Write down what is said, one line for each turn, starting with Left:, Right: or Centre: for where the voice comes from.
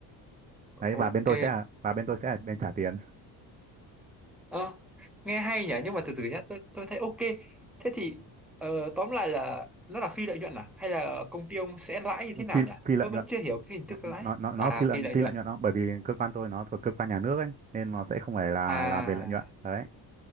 Right: đấy
Centre: ok
Right: và bên tôi sẽ là- và bên tôi sẽ là bên trả tiền
Centre: Ờ, nghe hay nhỉ nhưng mà từ từ nhá tôi tôi thấy ok thế thì ờ, tóm lại là nó là phi lợi nhuận à hay là công ty ông sẽ lãi
Right: <laughs>
Centre: như thế nào
Right: phi
Centre: nhỉ
Right: phi lợi
Centre: tôi vẫn
Right: nhuận
Centre: chưa hiểu cái hình thức
Right: nó
Centre: lãi
Right: nó nó nó
Centre: à
Right: phi lợi
Centre: phi
Right: nhuận-
Centre: lợi
Right: phi
Centre: nhuận
Right: lợi nhuận không bởi vì cơ quan tôi nó thuộc cơ quan nhà nước ấy nên nó sẽ không phải là
Centre: à
Right: làm về lợi nhuận đấy